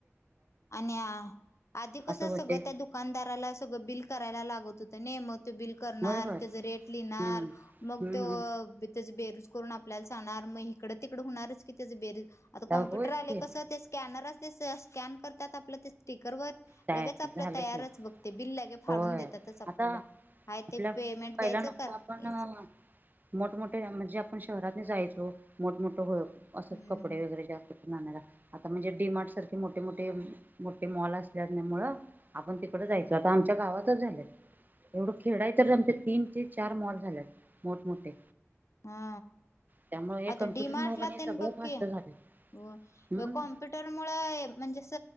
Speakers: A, on the left; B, on the right.
A: आणि आ आधी कस
B: असं होते
A: सगळं त्या दुकानदाराला सगळं बिल करायला लागत नाही मग त्यो बिल करणार
B: होय होय
A: त्याच रेट लिहिणार
B: हम्म
A: मग
B: हम्म
A: तो त्याचं बेरिज करून आपल्याला सांगणार मग हिकडं तिकडं हुणारच की त्याचं बेरिज आता कॉम्प्युटर
B: होयच
A: आले
B: की
A: कसं ते स्कॅनरच ते कस स्कॅन करतात आपलं स्टिक ब
B: काय
A: लगेच आपलं
B: झालं
A: तयारच
B: की
A: बघते बिल लगे फाडून
B: होय
A: देतातच आपल्याला
B: आता
A: ह
B: आपल्या
A: ते पेमेंट
B: पहिला
A: द्यायचं
B: नुसतं
A: कर
B: आपण
A: यायचं
B: मोठमोठे म्हणजे आपण शहरात जायचो मोठमोठ असं
A: हम्म
B: कपडे वगैरे जास्त आता म्हणजे डीमार्ट सारखे मोठे मोठे मोठे मॉल असल्या मुळं आपण तिकडं
A: हम्म
B: जायचं आता आमच्या गावात आताच झाल्यात.. एवढं खेड हाय तर आमच्यात तीन ते चार मॉल झाल्यात मोठ मोठे
A: हा...
B: त्यामुळे हे
A: आता
B: कम्प्युटर
A: डी मार्टला
B: मुळ हे
A: तेन
B: सगळ
A: बघ
B: फास्ट
A: की
B: झालंय
A: हो
B: हम्म
A: कॉम्प्युटर मुळ म्हणजे अस